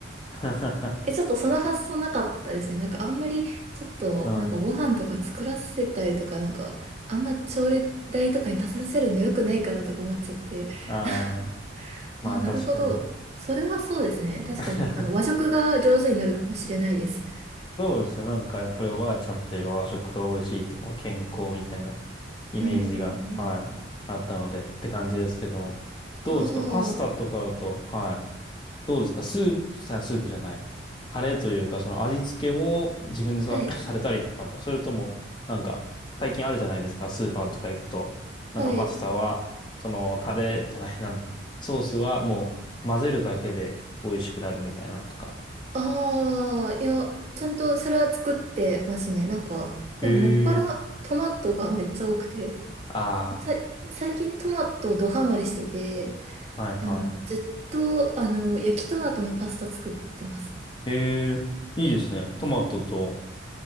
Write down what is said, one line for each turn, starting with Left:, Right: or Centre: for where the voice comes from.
Left: <laughs>
Right: え、ちょっとその発想なかったですね。なんかあんまり、ちょっと、
Left: うん
Right: なんかご飯とか作らせたりとか、なんか、あんま調理台とかに立たせるの良くないかなとか思っちゃって。
Left: ああ、
Right: <laughs>
Left: まあ確かに。
Right: あ、なるほど。それはそうですね。確かに、
Left: <laughs>
Right: あの、和食が上手になるかもしれないです。
Left: そうですね。なんかやっぱりおばあちゃんといえば和食が美味しいとか健康みたいなイメージが、
Right: うん。
Left: はい、あったのでって感じですけども。
Right: ああ、
Left: どうですかパスタとかだと、はい。どうですかスープ、さ、スープじゃない。タレというか、その味付けも自分でさ、
Right: はい、
Left: <coughs> <laughs> されたりって感じだ。それとも、なんか、最近あるじゃないですか、スーパーとか行くと。なんかパスタは、
Right: はい。
Left: その、タレじゃない、なんだ、ソースはもう混ぜるだけで美味しくなるみたいなのとか。
Right: ああ、いや、ちゃんとそれは作ってますね。なんか、でももっぱらトマトがめっちゃ多くて、
Left: へえ。あ
Right: さ、最近トマトドハマりしてて、
Left: あ、はいは
Right: あの、ずっと、あの、焼きトマトのパスタ作ってます。
Left: い。へえ、いいですね。トマトと